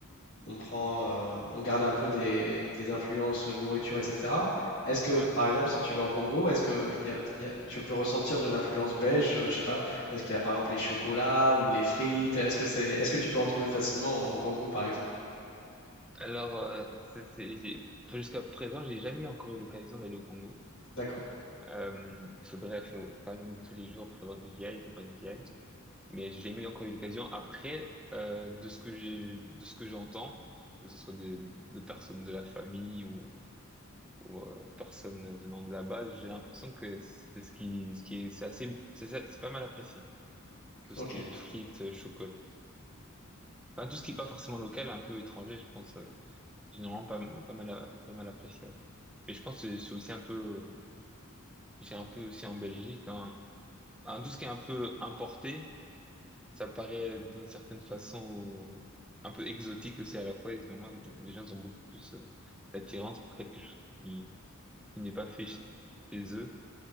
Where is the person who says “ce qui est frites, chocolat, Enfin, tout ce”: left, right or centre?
Centre